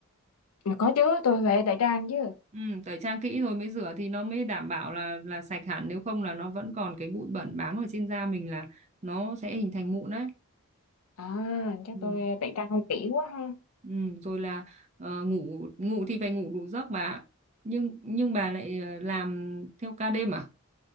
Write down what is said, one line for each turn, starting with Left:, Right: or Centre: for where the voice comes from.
Left: mà có chứ tôi phải tẩy trang chứ
Right: Ừ, tẩy trang kỹ rồi mới rửa thì nó mới đảm bảo là là sạch hẳn nếu không là nó vẫn còn cái bụi bẩn bám ở trên da mình là nó sẽ hình thành mụn đấy.
Left: à chắc
Right: Ừ.
Left: tôi tẩy trang không kỹ quá ha
Right: Ừ, rồi là ờ, ngủ ngủ thì phải ngủ đủ giấc bà. ạ. Nhưng nhưng bà lại ờ, làm theo ca đêm à?